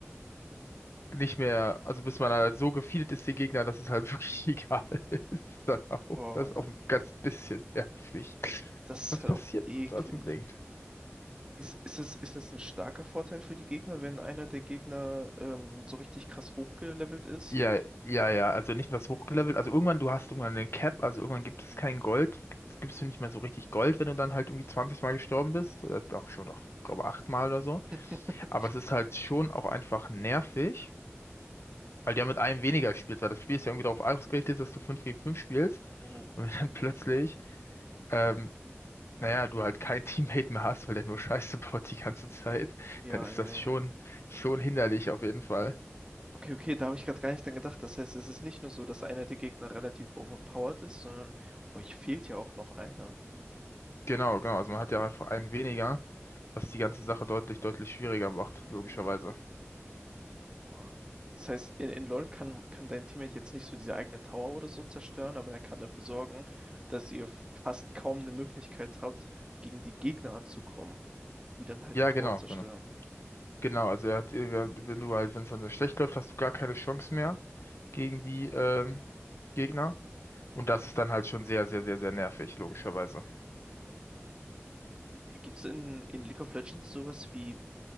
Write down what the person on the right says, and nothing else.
Boah,
das
ist halt
auch eklig.
Ist, ist es, ist das ein starker Vorteil für die Gegner, wenn einer der Gegner ähm, so richtig krass hochgelevelt ist?
<laughs>
Oh,
ja,
ja,
ja.
Okay, okay, da habe ich gerade gar nicht dran gedacht. Das heißt, es ist nicht nur so, dass einer der Gegner relativ overpowered ist, sondern euch fehlt ja auch noch einer.
Boah. Das heißt, in, in LoL kann, kann dein Teammate jetzt nicht so diese eigene Tower oder so zerstören, aber er kann dafür sorgen, dass ihr fast kaum eine Möglichkeit habt, gegen die Gegner anzukommen, die dann halt
die Tower
zerstören.
Gibt es in, in League of Legends sowas wie,